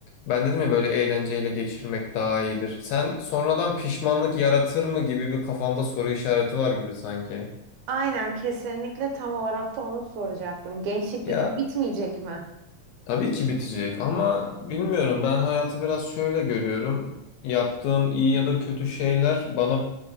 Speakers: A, on the left; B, on the right.
A: ben dedim ya böyle eğlenceyle geçirmek daha iyidir. Sen sonradan pişmanlık yaratır mı gibi bir kafanda soru işareti var gibi sanki.
B: Aynen kesinlikle tam olarak da onu soracaktım. Gençlik
A: Ya
B: bir gün bitmeyecek mi?
A: tabii ki bitecek ama bilmiyorum ben hayatı biraz şöyle görüyorum. Yaptığım iyi ya da kötü şeyler bana